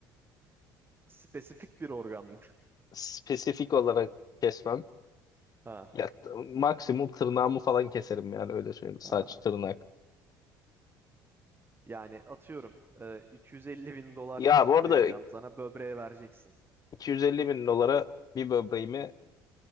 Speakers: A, on the right; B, on the left.
A: Spesifik bir organ mı? <laughs>
B: Spesifik olarak kesmem.
A: Ha.
B: Ya, t- maksimum tırnağımı falan keserim yani öyle söyleyeyim. Saç,
A: Ha.
B: tırnak.
A: Yani atıyorum e, 250 bin dolar
B: Ya bu arada
A: vereceğim sana böbreğe vereceksin.
B: 250 bin dolara bir böbreğimi